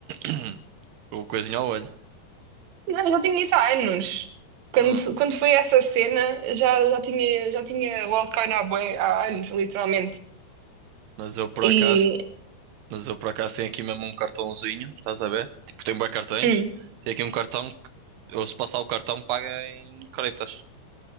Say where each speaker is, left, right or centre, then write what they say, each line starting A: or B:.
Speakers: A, on the right; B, on the right.
A: <coughs> <clears throat> o coisinho ao olho.
B: Não, já tinha isso há anos. Quando,
A: Hum,
B: quando foi essa cena, já, já tinha, já tinha o altcoin há, bué- há anos, literalmente.
A: Mas eu por
B: E.
A: acaso, mas eu por acaso tenho aqui mesmo um cartãozinho, estás a ver? Tipo, tenho bué cartões.
B: hum,
A: Tenho aqui um cartão que, ou se passar o cartão, paga em criptas.